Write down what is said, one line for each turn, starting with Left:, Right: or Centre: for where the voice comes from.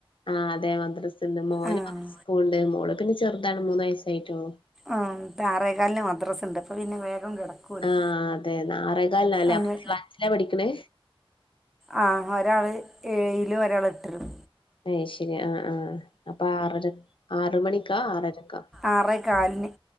Left: ആഹ് അതെ മദ്രസ്ണ്ട് മോന്
Centre: ആഹ്
Left: മദ്രസ്സ് പോണ്ട് മോള് പിന്നെ ചെറുതാണ് മൂന്ന് വയസായിട്ടൊള്ളു
Centre: ആഹ.. ആറേകാലിന് മദ്രസ്സ്‌യുണ്ട് അപ്പ പിന്നെ വേഗം കിടക്കും! ഓല്
Left: ആഹ.. അതെ.. ആറേകാലിന് നല്ലേ
Centre: അങ്ങ്
Left: അപ്പൊ ഏത് ക്ലാച്ചില പഠിക്കണേ?
Centre: ആഹ.. ഒരാള് ഏഴിലും! ഒരാള് എട്ടിലും!
Left: അയ്ശരി.. ആഹ.. ആഹ! അപ്പൊ.. ആറുമണിക്ക്ഹാ.. ആറാരക്കോ?
Centre: ആറേ കാലിന്